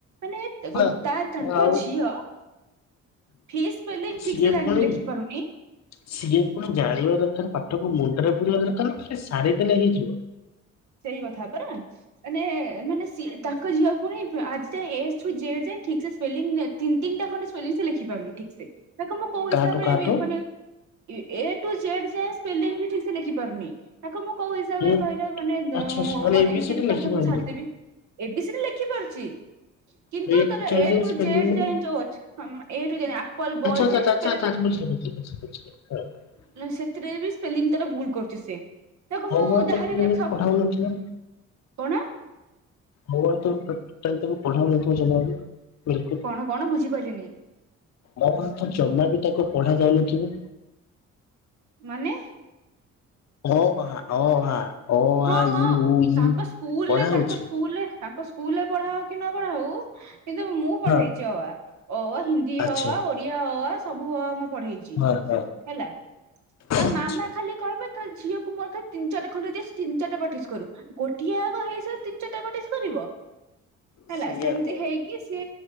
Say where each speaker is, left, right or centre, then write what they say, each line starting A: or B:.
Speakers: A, on the right; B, on the left.
A: ମାନେ
B: ହଁ
A: ତା ତାଙ୍କ
B: ଆଉ
A: ଝିଅ ଫିସ୍ ସ୍ପେଲିଂ
B: ସିଏ
A: ଠିକ ସେ ଲାଗିବି
B: ପୁଣି
A: ଲେଖିପାରୁନି।
B: ସିଏ ପୁଣ ଜାଣିବା ଦରକାର ପାଠକୁ ମୁଣ୍ଡରେ ପୂୁରିବା ଦରକାର ସାରିଦେଲେ ହେଇଯିବ।
A: ସେଇ କଥା ପରା ମାନେ ମାନେ ସ ତାଙ୍କ ଝିଅକୁୁଣି ଆଜି ଯ ଏ ଠୁ ଜେଡ ଯାଏ ଠିକ ସେ ସ୍ପେଲିଂ ତିନି ତିନିଟା ଖଣ୍ଡେ ସଵ ସେ ଲେଖିପାରୁନି ଠିକ ସେ ତାକୁ ମୁଁ କୋ ହିସାବରେ
B: କାହାଠୁ କାହାଠୁ
A: ମାନେ ଏ ଟୁ ଜେଡ୍ ଯାଏଁ ସ୍ପେଲିଂ ବି ଠିକ ସେ ଲେଖିପାରୁନି ତାକୁ ମୁଁ କୋ ହିସାବରେ
B: ମୁଁ
A: କହିଲା ମାନେ LKG
B: ଆଚ୍ଛା ମାନେ A B C D
A: ପାଠ
B: ଲେଖିପାରୁନି।
A: ପି ସାରଦେବି ଏ ବି ସି ଡି ଲେଖିପାରୁଛି। କିନ୍ତୁ
B: ୱେଟ୍
A: ତାର
B: ଚେଞ୍ଜିଂ
A: ଏ ଠୁ
B: ସ୍ପେଲିଂ
A: ଜେଡ ଯୋଉ ଅଛି ଏ ଠୁ ଜେଡ ଆପଲ ବଲ
B: ଆଚ୍ଛା ଆଚ୍ଛା
A: ସେଇ
B: ଆଚ୍ଛା
A: ବେଲେ
B: ଆଚ୍ଛା <unintelligible>
A: ସେଥିରେ ବି ସ୍ପେଲିଂ ତାର ଭୁଲ କରୁଛି ସେ ତାକୁ
B: ହଉ
A: ମୁଁ
B: ମା
A: ଯାହାହେଲେ
B: ତ ପଠାଉନଥିଲା?
A: ବି ତାକୁ ସବୁ କଣ
B: ହଉ ତ ଟ ତମ ପଢା ନଥିବା ସେଟକୁ ବିଲକୁଲ
A: କଣ କଣ ବୁଝିପାରିଲିନି।
B: ମ ବାଙ୍କ ଜମା ବି ତାକୁ ପଢ ଯାଇନଥିବ।
A: ମାନେ
B: ଅ ଆ ଅ ଆ ଅ
A: ହଁ
B: ଆ
A: ହଁ
B: ଇ ଉ
A: ତାଙ୍କ
B: ଇ
A: ସ୍କୁଲରେ
B: ପଢା
A: ତାଙ୍କ
B: ହଉଛି।
A: ସ୍କୁଲରେ ତାଙ୍କ ସ୍କୁଲରେ ପଢା ହଉ କି ନ ପଢା ହଉ କିନ୍ତୁ ମୁଁ ପଢେଇେଇଛି
B: ହଁ
A: ଅ ଆ ହିନ୍ଦୀ ଅ
B: ଆଚ୍ଛା
A: ଆ ଓଡିଆ ଅ ଆ ସବୁ ଅ ଆ ମୁଁ ପଢେଇଛି।
B: ହଁ ହଁ
A: ହେଲା ତା
B: ଆଚ୍ଛା।
A: ମାମା ଖାଲି କହିବେ ତା ଝିଅକୁ ମୋର ଖାଲି ତିନି ଚାର ଖଣ୍ଡେ ଯ ତିନି ଚାରଟା ପ୍ରଟିସ୍ କରୁ ଗୋଟିଏ ଆଗ ହେଇସାରା ତିନି ଚିଟା ପ୍ରଟିସ୍ କରିବ। ହେଲା
B: ସେଇଆ
A: ସେମିତି
B: ତ
A: ହେଇକି ସେ